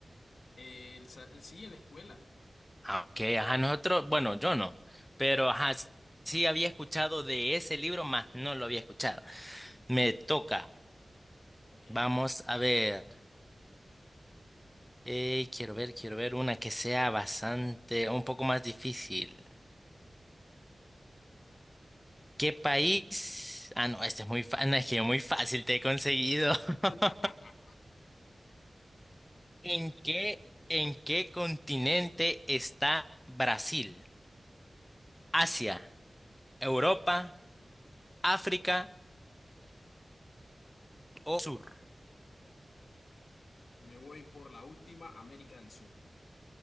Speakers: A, on the left; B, in the centre.
A: Eh, el, sa- el sí en la escuela.
B: Ah, Ok, ajá, nosotros, bueno, yo no, pero ajá, s- sí había escuchado de ese libro, más no lo había escuchado.
A: Ujú,
B: Me toca,
A: Ok.
B: vamos a ver, eh, quiero ver, quiero ver una que sea bastante, un poco más difícil. ¿Qué país? Ah, no, este es muy fácil, es que muy fácil te he conseguido.
A: <laughs>
B: <laughs> ¿En qué, en qué continente está Brasil? ¿Asia, Europa, África o Sur?
A: Me voy por la última, América del Sur.